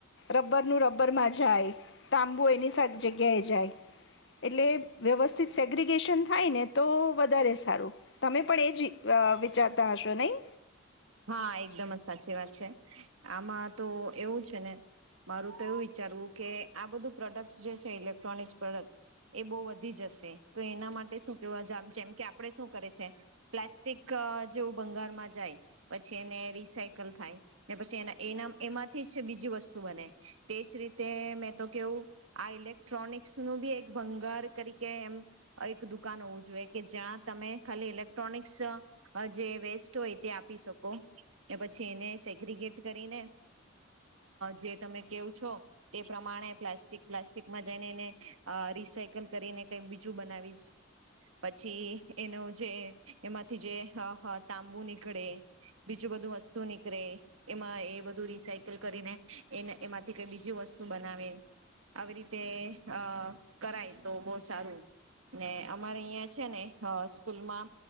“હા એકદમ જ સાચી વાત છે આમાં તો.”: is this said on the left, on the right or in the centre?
Right